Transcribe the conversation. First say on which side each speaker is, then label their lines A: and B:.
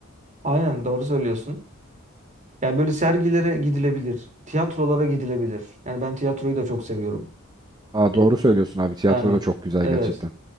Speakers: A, on the right (about 35°); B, on the right (about 20°).
A: Aynen doğru söylüyorsun. Yani böyle sergilere gidilebilir. Tiyatrolara gidilebilir. Yani ben tiyatroyu da çok seviyorum.
B: Aa,
A: Evet.
B: doğru söylüyorsun abi. Tiyatro
A: Yani
B: da çok güzel
A: evet.
B: gerçekten.